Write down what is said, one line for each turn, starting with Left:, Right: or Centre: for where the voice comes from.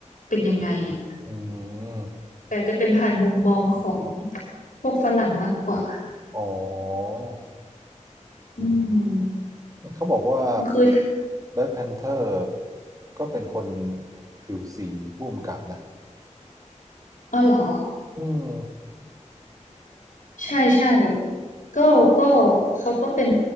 Left: เป็นยังไงอ่ะ
Right: อืม
Left: แต่จะเป็นผ่านมุมมองของพวกฝรั่งมากกว่า
Right: อ๋อ
Left: อืม
Right: เขาบอกว่า
Left: ก็คือ
Right: แบล็ c k พนเทอร์ก็เป็นคนผิวสีผู้กำกับนะ
Left: อ๋อเหรอ
Right: อืม
Left: ใช่ใช่ก็ก็เขาก็เป็น